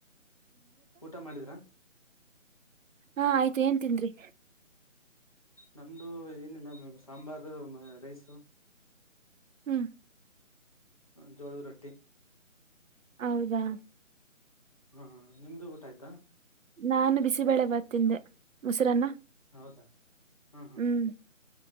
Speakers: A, on the left; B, on the right.
A: ಊಟ ಮಾಡಿದ್ರಾ
B: ಹಾ ಆಯ್ತು ಏನ್ ತಿಂದ್ರಿ
A: ನಮ್ದು ಏನಿಲ್ಲ ಮಾಮ್ ಸಾಂಬಾರು ಮ ರೈಸು
B: ಹ್ಮ್
A: ಹ ಜೋಳದ ರೊಟ್ಟಿ
B: ಹೌದಾ
A: ಹಾ ನಿಮ್ದು ಊಟ ಆಯ್ತಾ
B: ನಾನು ಬಿಸಿಬಳೆ ಬಾತ್ ತಿಂದೆ ಮೊಸರನ್ನ
A: ಹೌದಾ ಹಾ ಹಾ
B: ಹ್ಮ್